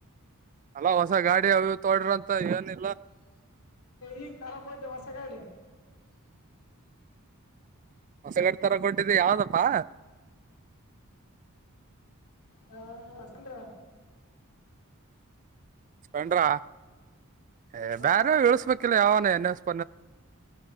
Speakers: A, on the right (about 35°); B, on the left (about 85°).
A: ಅಲ್ಲಾ ಹೊಸ ಗಾಡಿ ಅವು ತಕೊಂಡ್ರು ಅಂತ ಹೇಳಿ
B: ಈಗ ತರೋಕೋ ಹೋಗ್ತಿವಿ ಹೊಸಗಾಡಿ
A: ಹೊಸ ಗಾಡಿ ತರಕೊಂಡಿದ್ದಿ ಯಾವ್ದಪ್ಪಾ
B: ಹ ಸ್ಪಲೆಂಡರ್
A: ಸ್ಪಲೆಂಡರ್ ಏ
B: ಹಾ
A: ಬ್ಯಾರ ಇಳಸ್ಬೇಕಿಲ್ಲ ಯಾವನ ಏನ್ ಎಸ್